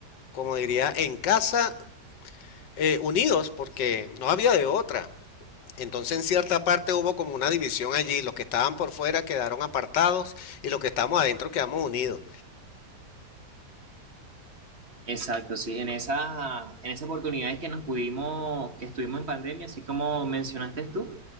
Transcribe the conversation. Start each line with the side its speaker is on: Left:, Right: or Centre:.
Left: como diría, en casa eh, unidos porque no había de otra. Entonces en cierta parte hubo como una división allí, los que estaban por fuera quedaron apartados y los que estamos adentro quedamos unidos.
Right: Exacto, sí, en esa, en esas oportunidades que nos pudimos, que estuvimos en pandemia, así como mencionaste tú,